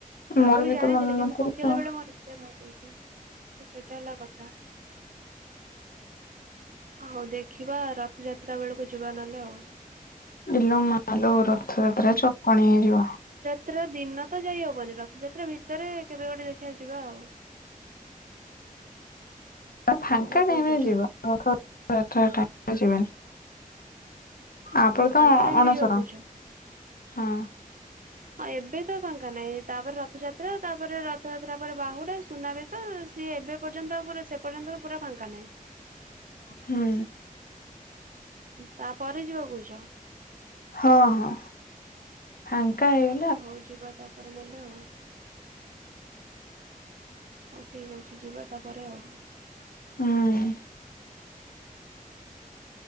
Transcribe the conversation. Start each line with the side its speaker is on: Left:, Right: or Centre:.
Right: ଆଗରୁ
Left: ମୋର ବି
Right: ଜାଣିଥିଲି
Left: ତ ମନେ
Right: କିନ୍ତୁ
Left: ନଥିଲା।
Right: ପକେଇଲା
Left: ଆଉ।
Right: ବେଳେ ମୋର ଏତେ ଭ ହେଇଛି ତ ସେଇଟା ହେଲା କଥା ହଉ ଦେଖିବା ରଥଯାତ୍ରା ବେଳକୁ ଯିବା ନହେଲେ ଆଉ
Left: ଇଲୋ ମାଲୋ ରଥଯାତ୍ରା ଚକଣି ହେଇଯିବ
Right: ତ୍ରା ଦିନ ତ ଯାଇ ହବନି ରଥଯାତ୍ରା ଭିତରେ କେବେ ଗୋଟେ ଦେଖିବା ଯ ଯିବା ଆଉ
Left: ଫାଙ୍କା
Right: ନା କଣ
Left: ଟାଇମରେ
Right: କହୁଛ
Left: ଯିବା <unintelligible> <unintelligible> ଟାଇମ ରେ ଯିବାନି ଆ ପରେ
Right: ଆଉ ଫାଙ୍କା
Left: ତ ଅ
Right: ଟାଇମ
Left: ଅଣସର
Right: ରେ ଯିବାକୁ କହୁଛ?
Left: ହଁ
Right: ହଁ ଏବେ ତ ଫଙ୍କା ନାହିଁ, ତାପରେ ରଥଯାତ୍ରା ତାପରେ ରଥଯାତ୍ରା ପରେ ବାହୁଡା, ସୁନାବେଶ ସିଏ ଏବେ ପର୍ଯ୍ୟନ୍ତ ପୁରା ସେ ପର୍ଯ୍ୟନ୍ତ ପୁରା ଫାଙ୍କା ନାହିଁ।
Left: ହୁଁ
Right: ତାପରେ ଯିବା କହୁଛ?
Left: ହଁ ହଁ ଫାଙ୍କା ହେଇ
Right: ହଉ ଯିବା ତାପରେ ନେଲେ ଆଉ ହଉ ଠିକ୍ ଅଛି ଯିବା ତାପରେ ଆଉ
Left: ହୁଁ